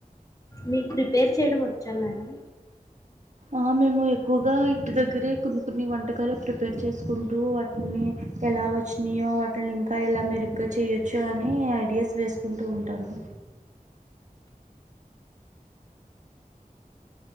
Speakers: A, on the left; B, on the right.
A: మిక్ ప్రిపేర్ చేయడం వచ్చా మేడం?
B: ఆ మేము ఎక్కువగా ఇంటి దగ్గరే కొన్ని కొన్ని వంటకాలు ప్రిపేర్ చేసుకుంటూ, వాటిని ఎలా వచ్చినాయో వాటిని ఇంకా ఎలా మెరుగ్గా చేయొచ్చో అని ఐడియాస్ వేసుకుంటూ ఉంటాము.